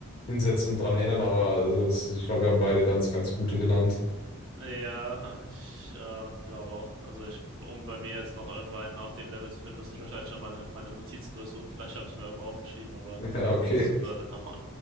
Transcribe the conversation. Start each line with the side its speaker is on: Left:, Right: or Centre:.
Left: hinsetzen und dran erinnern, aber das ist, ich glaube, wir haben beide ganz, ganz gute genannt.
Right: ja, ich äh, glaube auch. Also ich, um bei mir jetzt noch irgendwann auf dem Level zu finden, müsste ich wahrscheinlich noch meine, meine Notizen durchsuchen. Vielleicht habe ich es mir irgendwo aufgeschrieben, aber
Left: <laughs> Ja, okay.
Right: es würde <laughs> dauern.